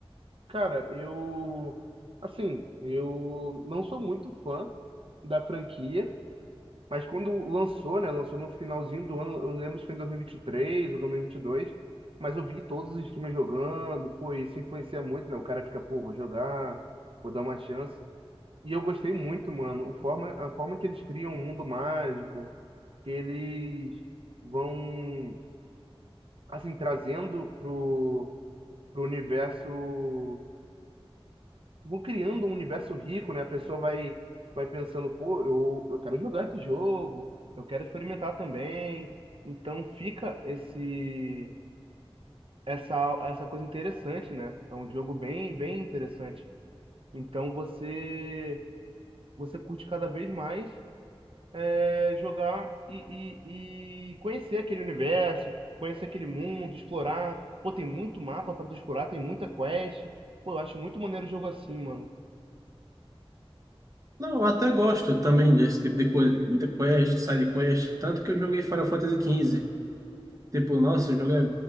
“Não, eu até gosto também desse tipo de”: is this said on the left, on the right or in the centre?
Right